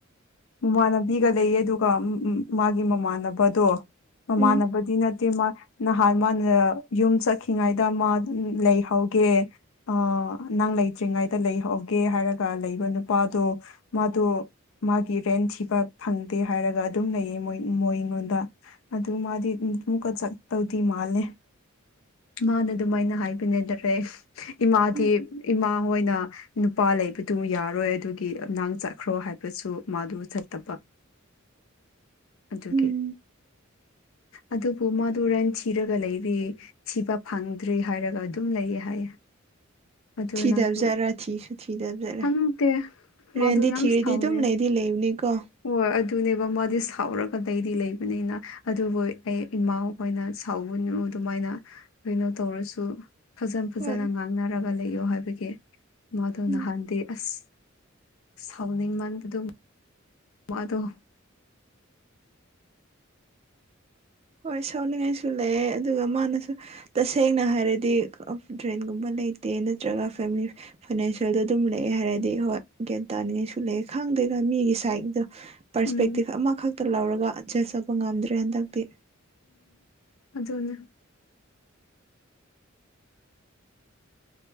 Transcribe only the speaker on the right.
ꯎꯝ
ꯎꯝ
ꯎꯝ
ꯊꯤꯗꯥꯕꯥꯖꯔꯥ
ꯊꯤꯁꯨ ꯊꯤꯗꯥꯕꯥꯖꯔꯥ
ꯔꯦꯟꯗꯤ
ꯊꯤꯔꯗꯤ
ꯑꯗꯨꯝ ꯂꯩꯗꯤ ꯂꯩꯕꯅꯤꯀꯣ
ꯍꯣꯏ
ꯎꯝ
ꯍꯣꯏ ꯁꯥꯎꯅꯤꯡꯉꯥꯏꯁꯨ ꯂꯩ ꯑꯗꯨꯒ ꯃꯥꯅꯁꯨ ꯇꯁꯦꯡꯅ ꯍꯥꯏꯔꯗꯤ ꯗ꯭ꯔꯦꯟꯒꯨꯝꯕ ꯂꯩꯇꯦ ꯅꯠꯇ꯭ꯔꯒ ꯐꯦꯃꯤꯂꯤ ꯐꯥꯏꯅꯥꯟꯁꯦꯜꯗ ꯑꯗꯨꯝ ꯂꯩꯌꯦ ꯍꯥꯏꯔꯗꯤ ꯍꯣꯏ ꯒ꯭ꯌꯥꯟ ꯇꯥꯅꯤꯡꯉꯥꯏꯁꯨ ꯂꯩꯌꯦ ꯈꯪꯗꯦꯗ ꯃꯤꯒꯤ ꯁꯥꯏꯒꯤꯗꯣ ꯄꯔꯁꯄꯦꯛꯇꯤꯞ
ꯑꯃꯈꯛꯇ ꯂꯧꯔꯒ ꯖꯥꯁ ꯇꯧꯕ ꯉꯝꯗ꯭ꯔꯦ ꯍꯟꯗꯛꯇꯤ